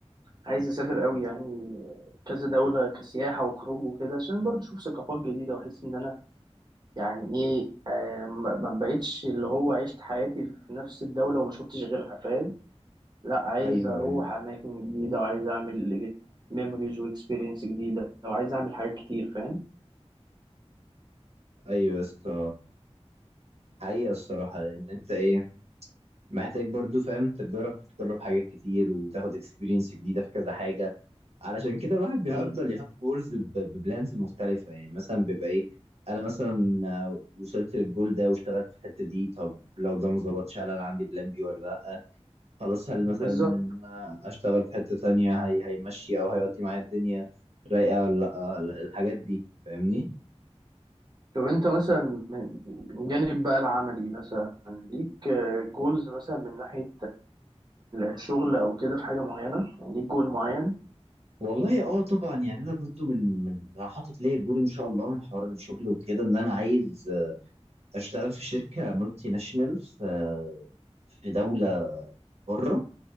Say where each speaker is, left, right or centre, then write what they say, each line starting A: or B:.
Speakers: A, on the right; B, on the right.
A: عايز اسافر قوي يعني كذا دولة كسياحة وخروج وكده عشان برضه اشوف ثقافات جديدة واحس ان انا يعني ايه آه ما ما بقتش اللي هو عشت حياتي في نفس الدولة وما شفتش غيرها فاهم لا عايز
B: ايوه
A: اروح
B: ايوه
A: اماكن جديده وعايز اعمل ميموريز واكسبيرينس جديده وعايز اعمل حاجات كتير فاهم
B: ايوه يا اسطى حقيقه الصراحه لان انت ايه محتاج برضو فاهم تجرب تجرب حاجات كتير وتاخد اكسبيرينس جديده في كذا حاجه علشان كده الواحد بيفضل
A: امم
B: يحط جولز ببلانز مختلفة يعني مثلا بيبقى ايه انا مثلا آه، وصلت للجول ده واشتغلت في الحتة دي طب لو ده ما ظبطش هل انا عندي بلان بي ولا لا خلاص هل مثلا
A: بالظبط
B: ان انا اشتغل في حتة تانية هي هيمشي او هيودي معايا الدنيا رايقة ولا لا الحاجات دي فاهمني
A: طب انت مثلا من من جانب بقى العملي مثلا ليك جولز مثلا من ناحيه الشغل او كده في حاجه معينه يعني ليك جول معين
B: والله اه طبعا يعني انا برضو من من أنا حاطط ليا الجول ان شاء الله من حوار الشغل وكده ان انا عايز آه، اشتغل في شركة مالتي ناشونال في آه، في دولة بره